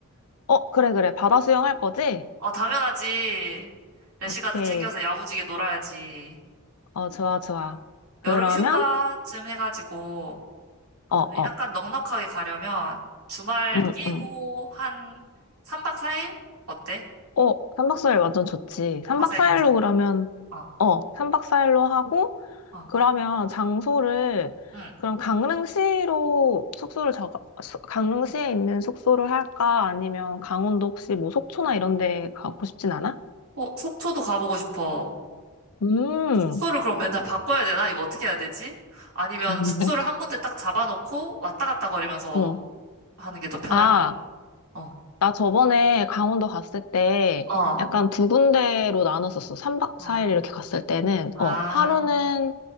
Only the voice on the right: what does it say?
어, 당연하지. 래시가드
챙겨서 야무지게 놀아야지.
그냥
여름 휴가쯤 해가지고, 근데
약간 넉넉하게 가려면 주말
끼고
한 3박 4일? 어때?
3박 4일
괜찮아?
어,
어.
응.
어, 속초도 가보고 싶어.
숙소를 그럼 맨날 바꿔야 되나? 이거 어떻게 해야 되지? 아니면
숙소를 한 군데 딱 잡아놓고 왔다 갔다 거리면서
하는 게 더 편할까?
어,
어.
아,
아,